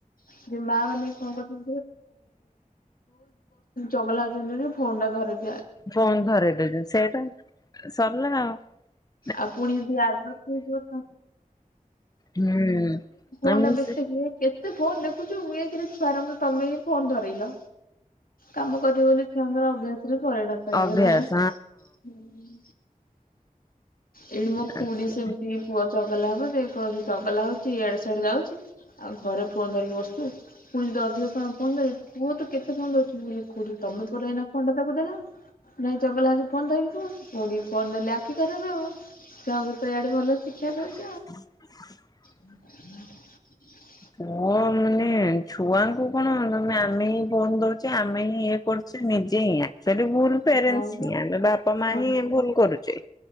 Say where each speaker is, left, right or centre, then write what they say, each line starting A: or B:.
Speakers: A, on the left; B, on the left.
A: ସେ ମା ମାନେ କଣ କରି <unintelligible> ଚଗଲା ହଉଛନ୍ତି ଫୋନ ଟା ଧରେ
B: ଫୋନ୍ ଧରଇ ଦେଲୁ ସେତ ସରିଲା ଆଉ ଯେ ସେଇଟା ସଲ
A: ଆଉ ପୁଣି ଯଦି ଆଦତ ହେଇଯିବ
B: ହୁଁ ନା
A: <unintelligible>
B: ମୁଁ ସେ
A: କେତେ ଫୋନ ଦେଖୁଛୁ ଏକରେ ଛୁଆରଙ୍କୁ ତମେ ହିଁ ଫୋନ ଥରେଇଲ। କାମ କରିବି ବୋଲି ଛୁଆଙ୍କର ଅଭ୍ୟାସରେ ପରିଣତ ହେଇଗଲା।
B: ଅଭ୍ୟାସ
A: <inaudible> ଏଠି ମୋ
B: ହଁ
A: ଖୁଡି ସେମିତି ପୁଅ ଚଗଲା ହଉଛି କହୁଛି ଚଗଲା ହଉଛି ଏଡେ ସିଆଡେ ଯାଉଛି। ଆଉ ଘରେ ଫୋନ ଧରିକି ବସୁଛୁ ପୁଣି ଦଧୂଆପାଫେନରେ ପୁହ ତ କେତେ ଫେନ ଅରୁଛି ମୁଁ କହିଲି ଖୁଡି ମଇ ଫୋନ ଟା ତାକୁ ଦେଲା ନାଇଁ ଚଗଲା ହେଲେ ଫୋନ ଟା ଧରିବ ପୁଣି ଫୋନ୍‌ ନେଲେ ଆତ୍ମ କରିବି ଆଉ ଛୁଆଙ୍କୁ ତ ଆଡ଼େ ଭଲ ଶିକ୍ଷା ଦେଉଛି
B: <inaudible>
A: ହୁଁ <unintelligible>
B: ପୁଅ ମାନେ ଛୁଆଙ୍କୁ କଣ ମାନେ ଆମେ ହିଁ ଫୋନ ଦଉଛେ ଆମେ ହିଁ ଇଏ କରୁଛେ ନିଜେ ହିଁ ଆକ୍ଟୁଲି ଫେର ଭୁଲ ପ୍ୟାରେଣ୍ଟ
A: ହଁ ବା
B: ହ ଆମେ ବାପା ମା
A: ହଁ।
B: ହିଁ ଭୁଲ କରୁଛେ।